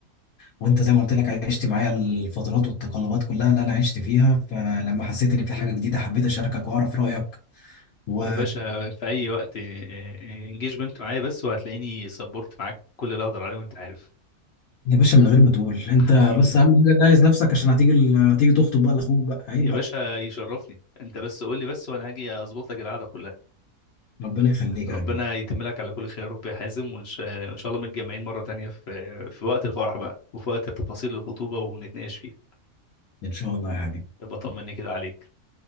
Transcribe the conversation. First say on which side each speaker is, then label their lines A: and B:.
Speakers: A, on the left; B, on the left.
A: وانت زي ما قلت لك عشت معايا الفترات والتقلبات كلها اللي انا عشت فيها فلما حسيت ان في حاجه جديده حبيت اشاركك واعرف رايك و
B: يا باشا في اي وقت انجيجمنت معايا بس وهتلاقيني سبورت معاك كل اللي اقدر عليه وانت عارف
A: يا باشا من غير ما تقول انت
B: حبيبي
A: بس اهم حاجه جهز نفسك عشان هتيجي ال... هتيجي تخطب بقى لاخوك بقى عيب
B: يا
A: بقى
B: باشا يشرفني انت بس قول لي بس وانا هاجي اظبط لك القعده كلها
A: ربنا يخليك
B: ربنا
A: يا حبيبي
B: يتم لك على كل خير يا رب يا حازم وان شاء وإن شاء الله متجمعين مره تانية في في وقت الفرح بقى وفي وقت تفاصيل الخطوبه ونتناقش فيها
A: ان شاء الله يا حبيبي
B: يبقى طمني كده عليك